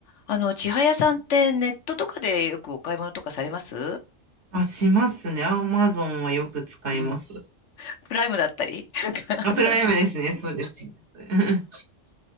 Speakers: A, on the left (about 75°); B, on the right (about 70°).
A: あの、千早さんってネットとかでよくお買い物とかされます
B: あ、しますね。アマゾンはよく使います。
A: うんプライムだったり。<laughs>
B: あ、プライムですね。そうです。そうです